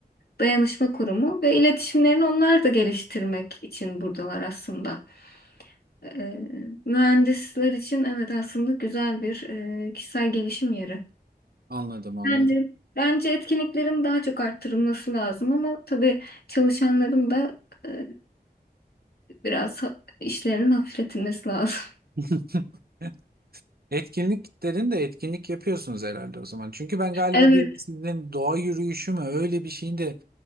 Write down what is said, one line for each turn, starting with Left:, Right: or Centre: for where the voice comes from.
Left: dayanışma kurumu ve iletişimlerini onlar da geliştirmek için buradalar aslında. Ee, mühendisler için evet aslında güzel bir e, kişisel gelişim yeri.
Right: Anladım, anladım.
Left: Bence bence etkinliklerin daha çok arttırılması lazım ama tabii çalışanların da e, biraz ha- işlerinin hafifletilmesi lazım.
Right: <laughs> Etkinlik dedin de etkinlik yapıyorsunuz herhalde o zaman. Çünkü ben
Left: <laughs>
Right: galiba
Left: Evet.
Right: bir sizin doğa yürüyüşü mü öyle bir şeyin de